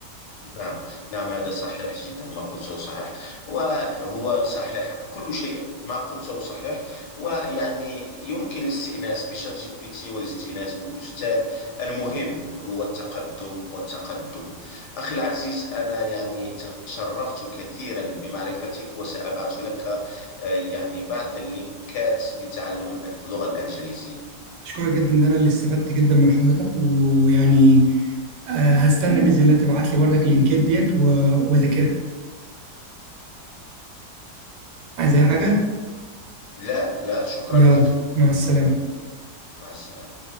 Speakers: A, on the left; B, on the right.
A: نعم نعم هذا صحيح جدا ما قلته صحيح وهو صحيح كل شيء ما قلته صحيح ويعني يمكن الاستئناس بشات جي بي تي والاستئناس بأستاذ المهم هو التقدم والتقدم أخي العزيز أنا يعني تشرفت كثيرا بمعرفتك وسأبعث لك آه، يعني بعض اللينكات لتعلم الأن- اللغة الإنجليزية
B: اشكرك جدا ده انا اللي استفدت جدا من حضرتك ويعني آه، هستنى باذن الله تبعت لي بردك اللينكات ديت و- واذاكرها عايز اي حاجه
A: لا لا شكرا
B: يلا
A: لك
B: مع السلامه
A: مع السلامة